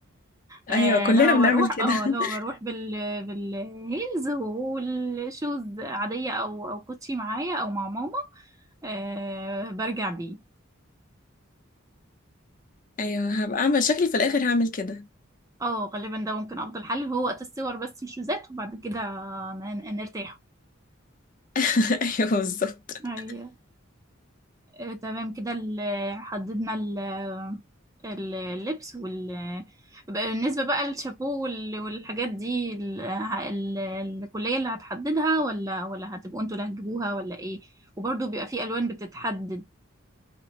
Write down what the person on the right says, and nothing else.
آه
اللي هو
بروح
اه اللي هو
بروح بال بالهيلز والشوز عادية او او كوتشي معايا او مع ماما آه برجع بيه
اه غالبا ده ممكن افضل حل هو وقت الصور بس الشوزات وبعد كده ن- نرتاح
ايوه آه، تمام كده ال- حددنا ال- ال- اللبس وال بقى بالنسبة بقى للشابو وال- والحاجات دي ال- ال- الكلية اللي هتحددها ولا ولا هتبقوا انتوا اللي هتجيبوها ولا ايه وبرضه بيبقى في ألوان بتتحدد